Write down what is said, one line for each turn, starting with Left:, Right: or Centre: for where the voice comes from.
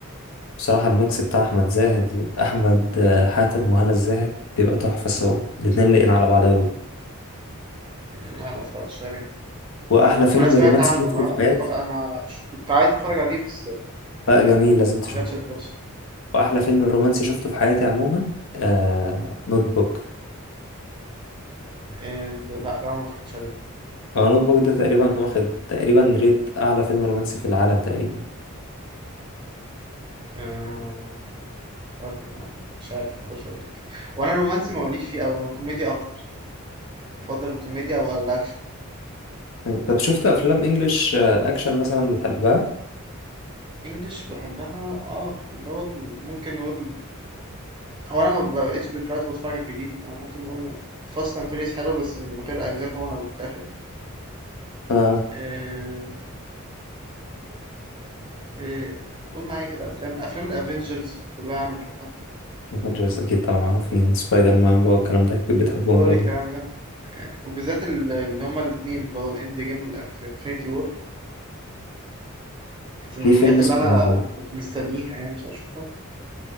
Left: بصراحه الميكس بتاع احمد زاهد واحمد آه، حاتم وهنا الزاهد بيبقى تحفه سوا الاتنين لاقين على بعض قوي
Right: لا ما اتفرجتش عليه
Left: واحلى فيلم
Right: وانا سمعت
Left: رومانسي
Right: عنه
Left: شفته
Right: انا
Left: في
Right: انا
Left: حياتي
Right: افتكر انا ش- كنت عايز اتفرج عليه بس ما
Left: لا جميل لازم تشوفه
Right: جاتش الفرصة
Left: واحلى فيلم رومانسي شفته في حياتي عموما آه نوت بوك
Right: إيه لا لا ما اتفرجتش عليه برضه
Left: آه، نوت بوك ده تقريبا واخد تقريبا ريت اعلى فيلم رومانسي في العالم تقريبا
Right: آه برضه ما- مش عارف ما اقدرش اقول لك وانا الرومانسي ماليش فيه قوي انا الكوميديا اكتر أفضل الكوميديا أو الأكشن يعني.
Left: أي. طب شفت افلام انجلش آه، اكشن مثلا بتحبها
Right: إنجلش بحبها اه اللي هو ال- ممكن نقول هو أنا ما بقتش دلوقتي بتفرج على الجديد أنا ممكن نقول فاست أند فيريس حلو بس من غير أجزاء طبعا اللي في الآخر
Left: اه
Right: آه، آه، قول معايا كده أفلام أفلام الأفينجرز كلها أنا بحبها
Left: افنجرز اكيد طبعا معروفين سبايدر مان بقى والكلام ده اكيد بتحبهم
Right: كل
Left: برضو
Right: الكلام ده وبالذات ال- اللي هما الاتنين اللي هو الإند جيم والإنفينيتي وور كانت من
Left: في
Right: الحاجات
Left: فيلم اسمه
Right: اللي أنا كنت مستنيها يعني عشان أشوفها